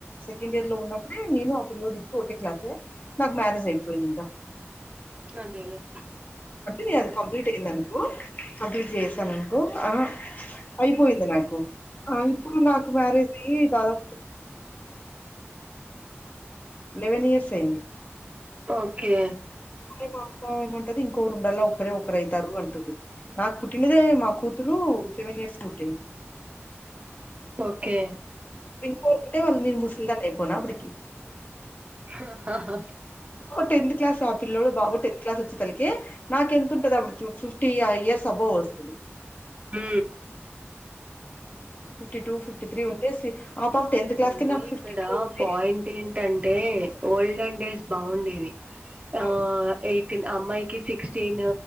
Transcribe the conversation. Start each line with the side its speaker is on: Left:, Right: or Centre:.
Left: సెకండ్ ఇయర్ లో ఉన్నప్పుడే నేను ఆ పిల్లోడు ఇద్దరు ఒకటే క్లాసే నాకు మ్యారేజ్ అయిపోఇంది ఇంకా
Right: అదేలే
Left: నే అది కంప్లీట్ అయిింది అనుకో కంప్లీట్ చేస్ తనన్ క్కో ఆహ అయిపోఇంది నాక్ ఆ ఇప్పుడు నాకు మ్యారేజ్ అయి దాదాపు లేవెన్ ఇయర్స్ ఆఇంది
Right: ఓకే
Left: గా మా అత్త ఏమంటది ఇంకోరుడల్ల ఒక్కరే ఒకరయితార్రు అంటుంది నాకు పుట్టినదే మా కూతురు సెవెన్ ఇయర్స్ కు పుట్టింది
Right: ఓకే
Left: మీను పోంటే వాళ్ళు నీను ముసల్దానై పోనా అప్పటికి
Right: హ హ హ
Left: టెన్త్ క్లాస్ ఆ పిల్లడు బాబు టెన్త్ క్లాస్ వచ్చే తలకి నాకు ఎంతుంటది అపుడు ఫిఫ్టీ ఇయర్స్ అబవ్ వస్తది
Right: మ్
Left: ఫిఫ్టీ టూ ఫిఫ్టీ ్రీ ఉంటే సి ఆ పాప క్లాస్‌కి
Right: అంటే
Left: నాకు
Right: ఇక్కడ
Left: ఉంటే
Right: పాయింట్ ఏంటం టే ఓల్డెన్ డేస్ బాగుండేది ఆ
Left: అవును
Right: ఏట్ అమ్మాయికి సిక్స్టీన్